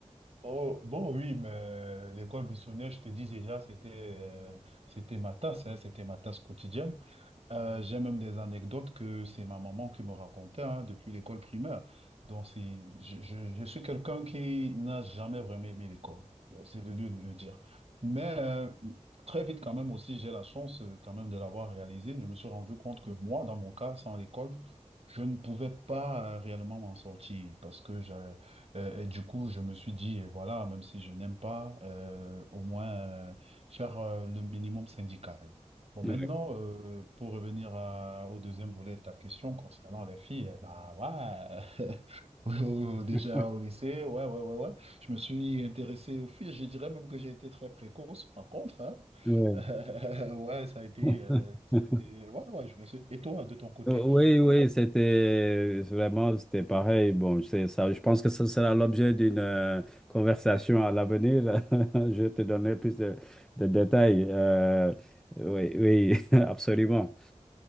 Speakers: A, on the right; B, in the centre.
A: Oh, bon, oui, mais l'école buissonnière, je te dis déjà, c'était euh, c'était ma tasse, hein, c'était ma tasse quotidienne. Euh, j'ai même des anecdotes que c'est ma maman qui me racontait hein, depuis l'école primaire. Donc, c'est, je, je- je suis quelqu'un qui n'a jamais vraiment aimé l'école. Euh, C'est le lieu de le dire. Mais euh, très vite, quand même, aussi, j'ai la chance euh, quand même de l'avoir réalisé. Je me suis rendu compte que moi, dans mon cas, sans l'école, je ne pouvais pas euh, réellement m'en sortir parce que j'ai- euh, et du coup, je me suis dit, eh, voilà, même si je n'aime pas, euh, au moins euh, faire euh, le minimum syndical. Bon, maintenant,
B: Ouais.
A: euh, pour revenir à- au deuxième volet de ta question concernant les filles, euh, bah ouais, <laughs> Au-
B: <laughs>
A: au- déjà au lycée, ouais, ouais, ouais, ouais. Je me suis intéressé aux filles, je dirais même que j'ai été très précoce, par contre, hein.
B: Ouais.
A: <laughs> ouais, ça a été,
B: <laughs>
A: euh, ça a été, ouais, ouais, je me suis. Et toi, de ton côté,
B: Oui,
A: comment-
B: oui, c'était vraiment, c'était pareil. Bon, c'est ça. Je pense que ce sera l'objet d'une euh, conversation à l'avenir. <laughs> Je te donnerai plus de, de détails. Euh, oui, oui, <laughs> absolument.